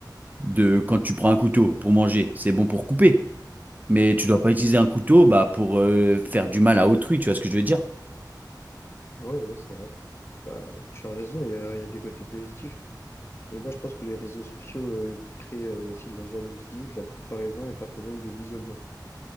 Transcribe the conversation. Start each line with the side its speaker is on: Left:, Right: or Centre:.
Right: de quand tu prends un couteau pour manger, c'est bon pour couper, mais tu dois pas utiliser un couteau bah, pour euh, faire du mal à autrui, tu vois ce que je veux dire?
Left: Ouais, ouais, c'est vrai. Bah, tu as raison, il y a, il y a des côtés positifs. Mais moi, je pense que les réseaux sociaux euh, créent euh, aussi de la jalousie, de la comparaison et parfois même de l'isolement.